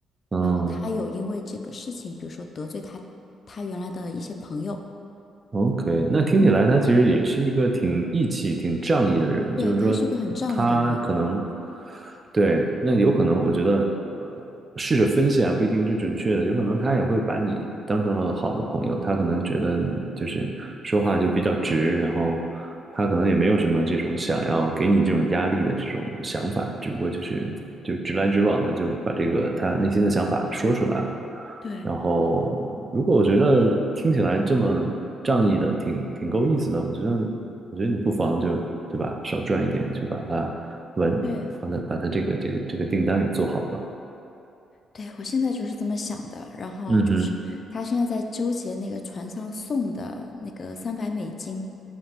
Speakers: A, on the right; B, on the left.
A: 嗯
B: 然后他有因为这个事情，比如说得罪他他原来的一些朋友。
A: ，OK，那听起来他其实也是一个挺义气、
B: 嗯。
A: 挺仗义的人，
B: 对，
A: 就是说他可能。
B: 他是个很仗义的人。
A: 对，那有可能，我觉得，呃，试着分析啊，不一定是准确的，有可能他也会把你当成了好的朋友，他可能觉得你就是说话就比较直，然后他可能也没有什么这种想要给你这种压力的这种想法，只不过就是就直来直往的就把这个他内心的想法说出来了。
B: 对，
A: 然后，如果我觉得听起来这么仗义的，挺挺够意思的，我觉得，我觉得你不妨就，对吧，少赚一点，去把它完把它把它这个这个这个订单给做好吧。
B: 对，对，我现在就是这么想的。然后就是他现在在纠结那个船上送的那个三百美金，
A: 嗯哼